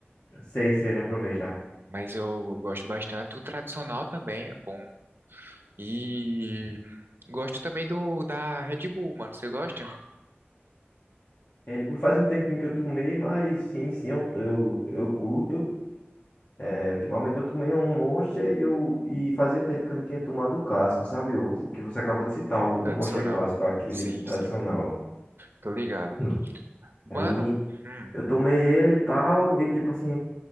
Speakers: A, on the left; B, on the right.
A: Sei, sei, já provei já.
B: mas eu gosto bastante. O tradicional também é bom. E gosto também do da Red Bull, mano. Você gosta?
A: É, tipo, faz um tempinho que eu tomei, mas sim, sim, eu, eu, eu curto. É, ultimamente eu tomei um Monster e, eu, e fazia tempo que eu não tinha tomado o clássico, sabe? O, o que você acabou de citar, o
B: Tradicional.
A: Monster clássico, aquele
B: Sim,
A: tradicional.
B: sim. Tô ligado.
A: Hum.
B: Mano,
A: Aí
B: hum,
A: eu tomei ele e tal, e tipo assim,